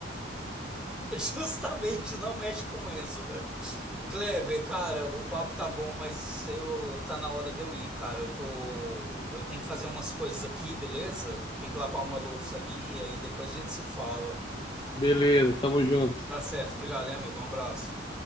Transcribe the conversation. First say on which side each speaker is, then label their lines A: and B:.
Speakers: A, in the centre; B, on the left.
A: <laughs> Justamente, não mexe com o Enzo. Kleber, cara, o papo tá bom, mas eu tá na hora de eu ir, cara. Eu tô, eu tenho que fazer umas coisas aqui, beleza? Tem que lavar uma louça ali, aí depois a gente se fala.
B: Beleza, tamo junto.
A: Tá certo, obrigado, hein, amigo. Um abraço.